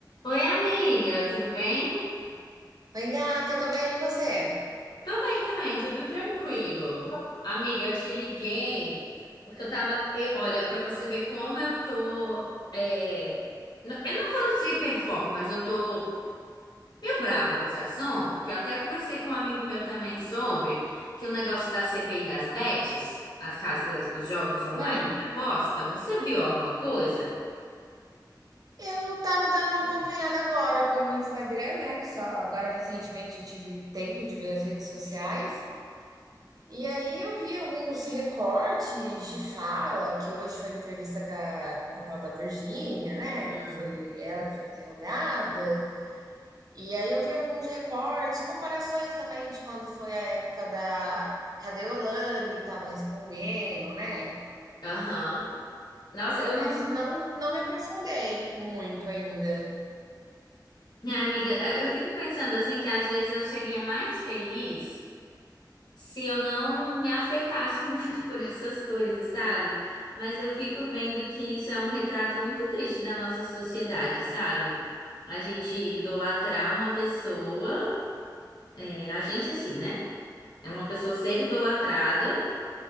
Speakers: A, on the left (about 70°); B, on the right (about 55°).
A: Oi, amiga, tudo bem?
B: Oi, gata, tô bem, e você?
A: Tô bem também, tudo tranquilo. Amiga, eu te liguei porque eu tava. eu- olha, pra você ver como eu tô. é, n- eu não vou dizer hiperfoco, mas eu tô meio brava com esse assunto, que eu até conversei com um amigo meu também sobre, que o negócio da CPI das bets, as casas, os jogos online
B: Hum,
A: de aposta, você viu alguma coisa?
B: Eu tava dando uma acompanhada agora pelo Instagram, né? Que só agora recentemente eu tive tempo de ver as redes sociais. E aí eu vi alguns recortes de fala, que hoje foi entrevista com a, com a tal da Virgínia, né?
A: Hum.
B: Que foi ela que foi interrogada. E aí eu vi alguns recortes, comparações também de quando foi a época da... Cadê Olane estava respondendo, né?
A: Aham. Nossa, eu
B: Mas
A: não.
B: não não me aprofundei muito ainda.
A: minha amiga, eu, eu fico pensando assim que às vezes eu seria mais feliz se eu não me afetasse <laughs> muito por essas coisas, sabe? Mas eu fico vendo que isso é um retrato muito triste da nossa sociedade, sabe? A gente idolatrar uma pessoa, é, a gente assim, né? É uma pessoa ser idolatrada,